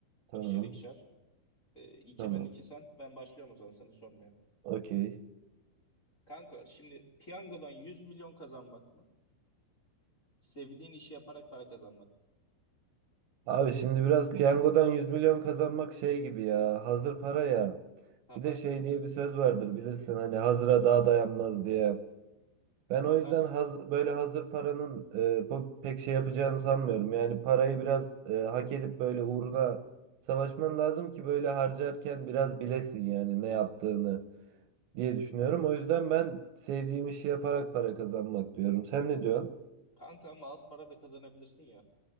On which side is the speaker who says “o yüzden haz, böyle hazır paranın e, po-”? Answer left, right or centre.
Right